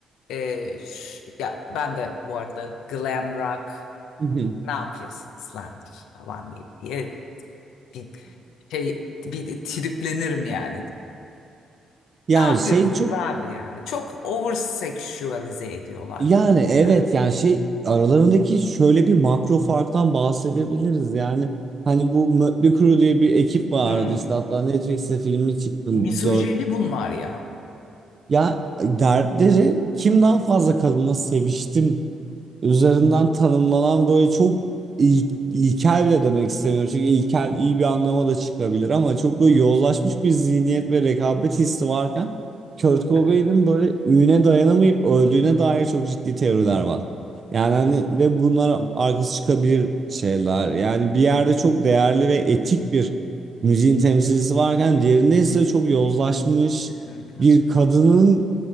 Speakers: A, on the left; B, on the right.
A: Ee, ş- ya ben de bu arada glam rock
B: <laughs>
A: ne yapıyorsunuz lan falan diye bir şey bir triplenirim yani.
B: Yani
A: Ne yapıyorsunuz
B: şey çok
A: abi yani? Çok over sexualize ediyorlar
B: Yani
A: kadını
B: evet
A: yani.
B: yani şey aralarındaki şöyle bir makro farktan bahsedebiliriz yani hani bu Mötley Crüe diye bir ekip vardı
A: Hmm,
B: işte hatta Netflix'te filmi çıktı
A: misojeni
B: dört
A: bunlar ya.
B: ya dertleri kim daha fazla kadınla seviştim üzerinden tanımlanan böyle çok il- ilkel bile demek istemiyorum. Çünkü ilkel iyi bir anlama da çıkabilir ama çok böyle yozlaşmış bir zihniyet ve rekabet hissi varken Kurt Cobain'in
A: Evet
B: böyle üne dayanamayıp öldüğüne dair çok ciddi teoriler var. Yani hani ve bunlar arkası çıkabilir şeyler. Yani bir yerde çok değerli ve etik bir müziğin temsilcisi varken diğerinde ise çok yozlaşmış
A: kesinlikle.
B: bir kadının